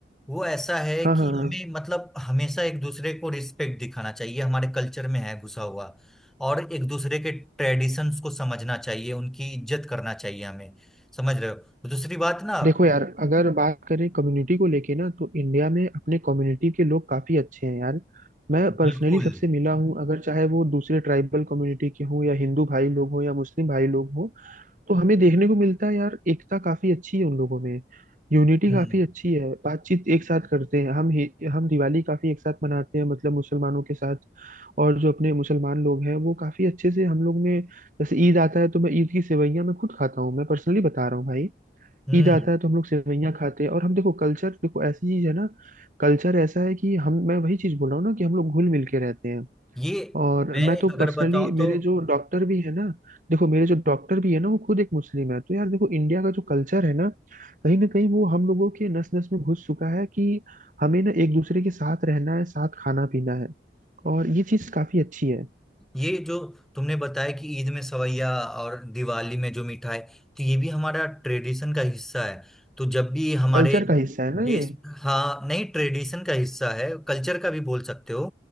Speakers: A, in the centre; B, on the right (about 45°).
A: वो ऐसा है
B: हाँ
A: कि
B: हाँ हाँ।
A: हमें मतलब हमेशा एक दूसरे को रिस्पेक्ट दिखाना चाहिए हमारे कल्चर में है घुसा हुआ और एक दूसरे के ट्रेडिशंस को समझना चाहिए उनकी इज्जत करना चाहिए हमें समझ रहे हो दूसरी बात ना
B: देखो यार अगर बात करें कम्युनिटी को लेके ना तो इंडिया में अपने कम्युनिटी के लोग काफी अच्छे हैं यार मैं पर्सनली
A: बिल्कुल
B: सबसे मिला हूँ अगर चाहे वो दूसरे ट्राइबल कम्युनिटी के हों या हिंदू भाई लोग हों या मुस्लिम भाई लोग हों तो हमें देखने को मिलता है यार एकता काफी अच्छी है उन लोगों में यूनिटी
A: हम्म
B: काफी अच्छी है बातचीत एक साथ करते हैं हम ही- हम दिवाली काफी एक साथ मनाते हैं मतलब मुसलमानों के साथ और जो अपने मुसलमान लोग हैं वो काफी अच्छे से हम लोग में जैसे ईद आता है तो मैं ईद की सेवइयां मैं खुद खाता हूँ मैं पर्सनली बता रहा हूँ भाई
A: हम्म
B: ईद आता है तो हम लोग सेवइयाँ खाते हैं और हम देखो कल्चर देखो ऐसी चीज है ना कल्चर ऐसा है कि हम मैं वही चीज बोल रहा हूँ ना कि हम लोग घुल मिल के रहते हैं
A: ये
B: और
A: मैं
B: मैं तो
A: अगर
B: पर्सनली
A: बताऊं तो
B: मेरे जो डॉक्टर भी है ना देखो मेरे जो डॉक्टर भी है ना वो खुद एक मुस्लिम है तो यार देखो इंडिया का जो कल्चर है ना कहीं ना कहीं वो हम लोगों के नस नस में घुस चुका है कि हमें ना एक दूसरे के साथ रहना है साथ खाना पीना है और ये चीज काफी अच्छी है
A: ये जो तुमने बताया कि ईद में सवैया और दिवाली में जो मिठाई तो ये भी हमारा ट्रेडिशन का हिस्सा है तो जब भी हमारे
B: कल्चर का हिस्सा है ना
A: देश
B: ये
A: हाँ नहीं ट्रेडिशन का हिस्सा है कल्चर का भी बोल सकते हो